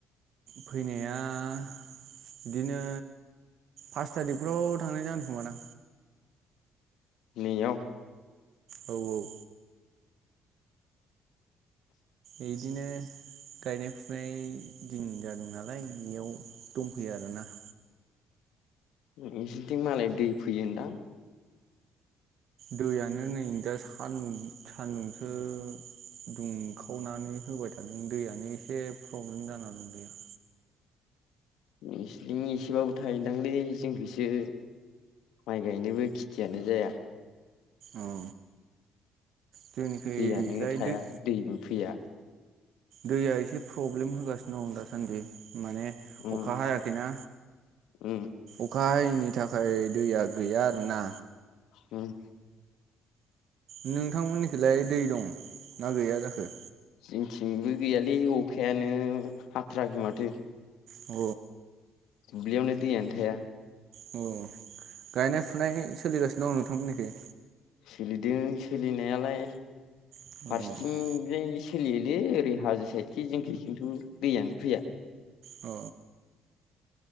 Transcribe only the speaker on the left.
नैयाव।
नोंसिनिथिं मालाय दै फैयोदां।
नोंसिनिथिं एसेबाबो थायो ओनदांलै जोंनिखैसो माइ गायनोबो खिथियानो जाया।
दैयानो थाया
दैबो फैया।
उम
उम
उम।
जोंनिथिंबो गैयालै अखायानो हाथाराखै माथो।
दुब्लियावनो दैयानो थाया।
सोलिदों सोलिनायालाय
फारसेथिंजाय
सोलियोलै ओरै हाजो साइडखि जोंनिखै खिन्थु दैयानो फैया।